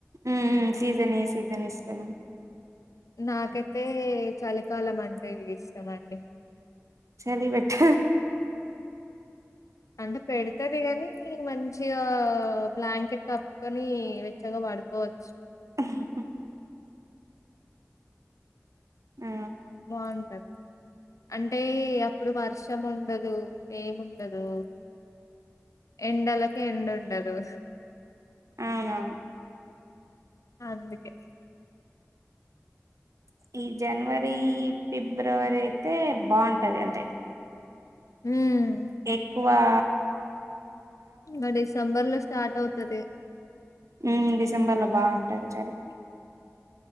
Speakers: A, on the right; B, on the left.
A: ఉమ్ సీజనే ఏ సీజనె ఇష్టం.
B: నాకైతే చలికాలం అంటె ఇష్టం అండి.
A: చలి వెచ్చ
B: అంటే పెడతది గాని మంచిగా బ్లాంకెట్ కప్పుకొని వెచ్చగా పడుపోవచ్చు.
A: ఊహు ఆ.
B: బావుంటది అంటే అప్పుడు వర్షం ఉండదు ఏముండ. కదు ఎండలకే ఎండ ఉండదు.
A: అవున
B: అందుకె
A: ఈ జనవరి ఫిబ్రవరి అయితే బాగుంటది అండి
B: హుమ్
A: ఎక్కువా.
B: ఇంకా డిసెంబర్ లో స్టార్ట్ అవుతది.
A: ఉమ్ డిసెంబర్లో బాగుంటుంది చలి